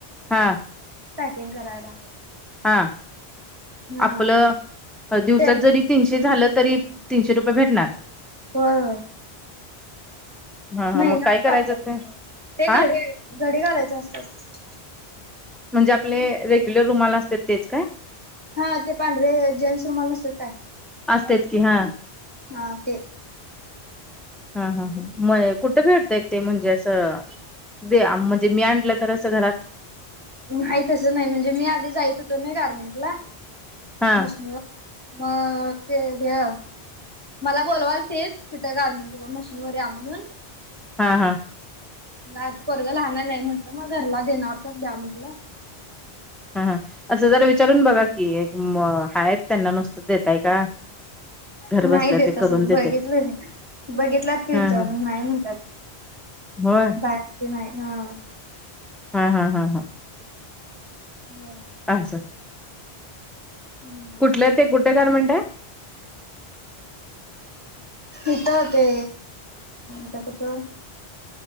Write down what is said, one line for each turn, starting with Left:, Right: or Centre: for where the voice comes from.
Centre: हा
Right: पॅकिंग करायला.
Centre: हा.
Right: हा
Centre: आपलं, दिवसात
Right: ते होय
Centre: जरी तीनशे झालं तरी तीनशे रुपये भेटणार.
Right: होय, होय.
Centre: हा हा
Right: महिनाभर
Centre: मग काय करायचं
Right: करतात.
Centre: ते
Right: ते घडी,
Centre: हा
Right: घडी घालायचे असतात.
Centre: म्हणजे आपले, रेग्युलर रुमाल असतेत. तेच काय?
Right: हा, ते पांढरे जेन्स रुमाल नसतेत काय?
Centre: असतेत की हा
Right: हा, ते.
Centre: ह, ह, ह. म कुठे भेटतय ते? म्हणजे असं दे म्हणजे, मी आणलं तर असं, घरात.
Right: नाही तसं नाही म्हणजे मी आधी जायच होतो ना गारमेंट ला
Centre: हा
Right: मशनीवर. मग ते घ्या. मला बोलवालतीत, तिथं गारमेंट मशीन वर या म्हणून
Centre: हा हा
Right: आज पोरगं लहणार नाही म्हटलं मग घरला देणार तर द्या म्हटलं.
Centre: ह ह असं जरा विचारून बघा कि एक हाय त्यांना नुसतं देताय का. <inaudible>
Right: नाही देतस
Centre: ते करून देते
Right: बघितलं हे बघितलात की विचारून
Centre: हा हा
Right: नाही म्हणतात
Centre: होय
Right: बाहेरचे नाही हा
Centre: हा हा हा हां
Right: हां
Centre: असां सा
Right: हम्म
Centre: कुठलं ते कुठं गारमेंट आहे.
Right: इथ ते त्या कुठ.